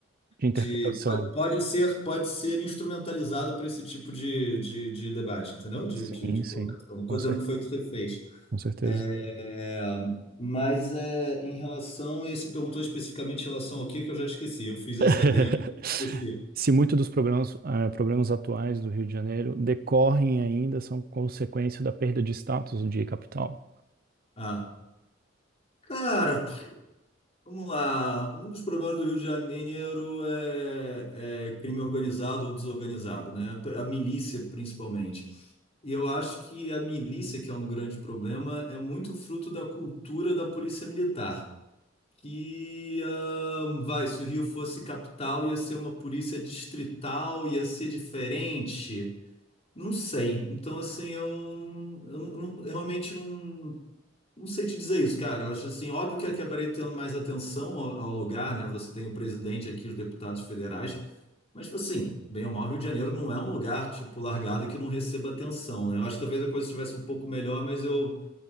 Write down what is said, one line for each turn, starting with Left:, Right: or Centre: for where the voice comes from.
Right: de interpretação.
Left: de- pode, pode ser pode ser instrumentalizado para esse tipo de, de, de debate, entendeu? De,
Right: Sim,
Left: de, de colocação.
Right: sim,
Left: Não estou
Right: com
Left: dizendo
Right: certeza,
Left: que foi o que você fez.
Right: com certeza.
Left: É, mas é, em relação, e você perguntou especificamente em relação ao que que eu já esqueci. Eu fiz esse
Right: <laughs>
Left: adendo, esqueci.
Right: Se muitos dos problemas, eh, problemas atuais do Rio de Janeiro decorrem ainda, são consequência da perda de status de capital.
Left: Ah. Cara, Vamos lá. Um dos problemas do Rio de Janeiro é, é crime organizado ou desorganizado, né? A milícia, principalmente. E eu acho que a milícia, que é um grande problema, é muito fruto da cultura da polícia militar. Que, ahn, vai, se o Rio fosse capital, ia ser uma polícia distrital, ia ser diferente. Não sei. Então, assim, eu, eu não- eu realmente não. Não sei te dizer isso, cara. Eu acho assim, óbvio que acabaria tendo mais atenção ao, ao lugar, né? Você tem o presidente aqui, os deputados federais, mas tipo assim, bem ou mal, Rio de Janeiro não é um lugar tipo largado e que não receba atenção, né? Eu acho que talvez a coisa estivesse um pouco melhor, mas eu